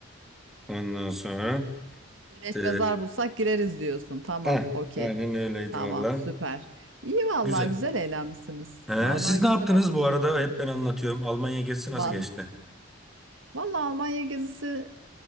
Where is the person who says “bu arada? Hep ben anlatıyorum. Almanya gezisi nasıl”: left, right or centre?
Centre